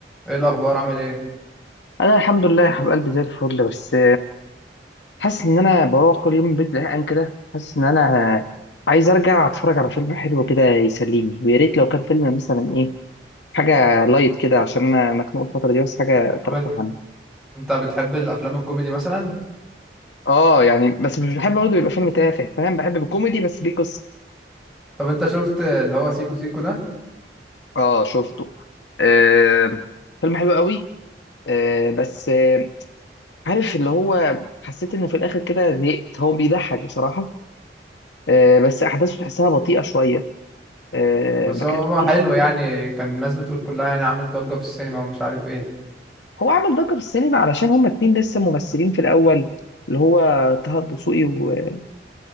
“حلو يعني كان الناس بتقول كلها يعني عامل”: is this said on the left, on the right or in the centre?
Centre